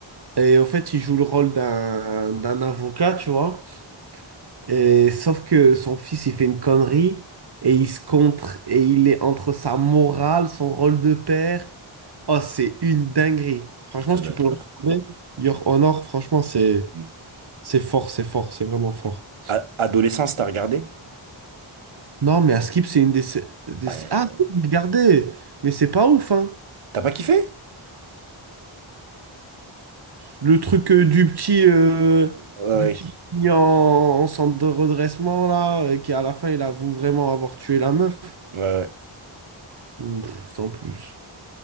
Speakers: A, on the right; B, on the right.
A: Et en fait, il joue le rôle d'un d'un avocat, tu vois. Et sauf que son fils, il fait une connerie et il se contre et il est entre sa morale, son rôle de père. Oh, c'est une dinguerie. Franchement,
B: ça
A: si
B: doit
A: tu
B: être
A: peux le
B: lourd.
A: retrouver, Your Honor, franchement, c'est
B: Hmm.
A: c'est fort, c'est fort, c'est vraiment fort.
B: A- Adolescence, t'as regardé?
A: Non, mais Askip c'est une des... sé- des
B: Euh,
A: sé- Ah, regardez, mais c'est pas ouf, hein.
B: T'as pas kiffé?
A: Le truc euh, du petit, euh,
B: Ouais,
A: du petit qui est en, en centre de redressement, là, euh, qui à la fin, il avoue vraiment avoir tué la meuf.
B: ouais, ouais.
A: Mmh, Pff, sans plus.